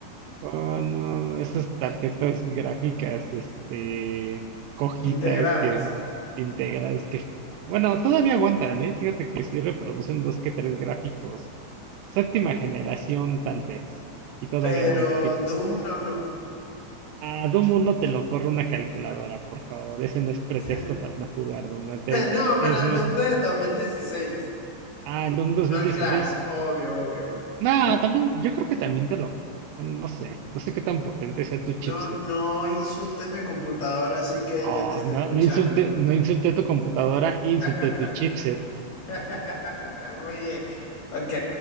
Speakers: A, on the right; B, on the left.
A: Oh, no, esas tarjetas gráficas, este, cojitas
B: Integradas.
A: que integras, que, bueno, todavía aguantan, ¿eh? Fíjate que sí reproducen dos que tres gráficos Séptima generación, tal vez. Y todavía
B: Pero
A: va un poquito.
B: Doom no, no.
A: A Doom uno te lo corre una calculadora, por favor. Ese no es pretexto
B: <laughs>
A: para no jugar Doom. Te-
B: No, pero
A: es
B: el
A: ma-
B: Doom de 2016.
A: ah, el Doom 2016.
B: No el Clash, obvio, obvio, obvio.
A: No, también, yo creo que también te lo. Bueno, no sé. No sé qué tan potente sea tu chipset.
B: No, no insultes mi computadora, así que
A: Oh,
B: ella te está
A: no,
B: escuchando.
A: no insulte, no insulté tu computadora, insulté
B: <laughs>
A: tu chipset.
B: <laughs> Muy bien. Ok.